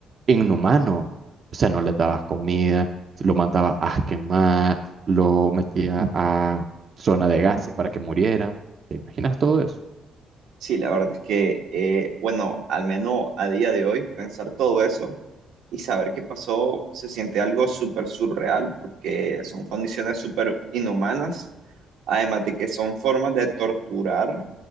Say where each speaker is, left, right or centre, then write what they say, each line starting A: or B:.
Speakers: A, on the right; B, on the right.
A: inhumano. O sea, no les dabas comida, lo mandabas a quemar, lo metías a zona de gases para que murieran. ¿Te imaginas todo eso?
B: Sí, la verdad es que, eh, bueno, al menos a día de hoy, pensar todo eso y saber qué pasó se siente algo súper surreal porque son condiciones súper inhumanas, además de que son formas de torturar